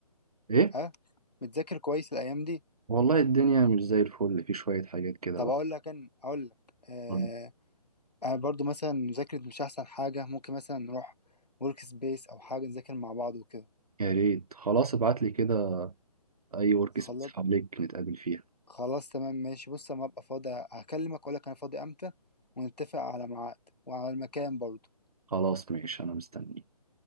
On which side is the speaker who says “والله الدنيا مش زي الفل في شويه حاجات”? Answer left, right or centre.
Right